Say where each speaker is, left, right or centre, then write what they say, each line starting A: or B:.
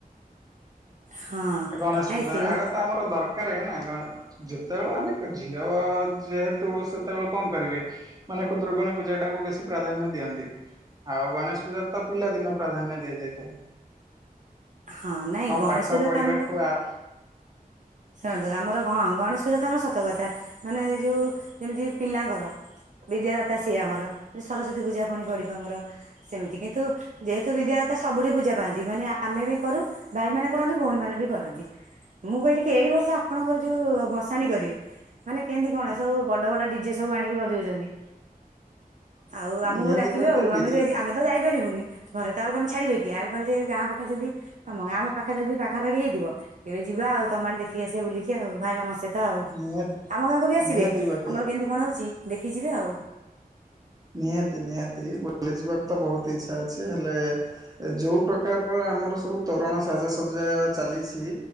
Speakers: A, on the right; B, on the right.
A: ହଁ
B: ଗଣେଶ
A: ନାଇଁ
B: ପୂଜା
A: ସେମି
B: ଆଗ ତ ଆମର ଦରକାର ହେ ନା ଗଣ୍ ଯେତେବେଳୁ ଆମେ ଝିଅ ଯେହେତୁ ସେତେବେଳୁ କଣ କରିବେ? ମାନେ ଖୁଦୁରୁକୁଣୀ ପୂଜା ଟାକୁ ବେଶୀ ପ୍ରାଧାନ୍ୟ ଦିଅନ୍ତି। ଆଉ ଗଣେଶ ପୂଜା ତ ପିଲାଦିନ ପ୍ରାଧାନ୍ୟ ଦଆଯାଇଥାଏ।
A: ହଁ ନାଇଁ ଗଣେଶ
B: ପାଠ
A: ପୂଜା
B: ପଢିବାଠୁ
A: ତ ଆମର
B: ଆର
A: ଶୁଣନ୍ତୁ ଆମର ଗ ହଁ ଗଣେଶ ପୂଜା ତ ଆମର ସତ କଥା ମାନେ ଯୋଉ ଯେମିତି ପିଲାଙ୍କର ବିଦ୍ୟାଦାତା ସିଏ ଆମର ସରସ୍ଵତୀ ପୂଜା ପଣି ପଡିବ ଆମର। ସେମିତି କିନ୍ତୁ ଯେହେତୁ ବିଦ୍ୟାଦାତା ସବୁଠି ପୂଜା ପାଆନ୍ତି ମାନେ ଆମେ ବି କରୁ ଭାଇ ମାନେ କରନ୍ତି ଭଉଣୀ ମାନେ ବି କରନ୍ତି। ମୁଁ କହିଲି କି ଏଇ ବର୍ଷ ଆପଣଙ୍କର ଯୋଉ ବସାଣି କରିବେ। ମାନେ କେମିତି କଣ ଏସବୁ ବଡ ବଡ ଡିଜେ ସବୁ ଆଣିକି ବଜଉଚନ୍ତି। ଆଉ ଆମକୁ
B: ନିହାତି
A: ଡାକିବେ
B: ପକ୍ଷେ
A: ଆଉ
B: ଡିଜେ
A: ଆମେ ଯାଇତି ଆମେ ତ ଯାଇପାରିବୁନି ଘରେ ତ ଆଉ କଣ ଛାଡିବେ କି ଆଉ ଖାଲ୍ ତି ଗାଁ ପକେଇଛନ୍ତି ତମ ଗାଁ ଆମ ପାଖ ଯଦି ପାଖାପାଖି ହେଇଥିବ କେବେ ଯିବା ଆଉ ତମ ଆଡେ ଦେଖିକି ଆସିବା ବୁଲିକ ଆଉ ଭାଇ ମାନସ ତ ଆଉ
B: ନିହାତି
A: ଆମ ଗାଁକୁ ବି ଆସିବେ
B: ନିହାତି ପକ୍ଷେ
A: ଆମର କେମିତି କଣ ହଉଛି ଦେଖି ଯିବେ ଆଉ।
B: ନିହାତି ନିହାତି ବୁଲିଯିବାକୁ ତ ବହୁତ ଇଚ୍ଛା ଅଛି ହେଲେ ଯଉଁ ପ୍ରକାରର ଆମର ସବୁ ତୋରଣ ସାଜସଜ୍ଜା ଚାଲିଛି।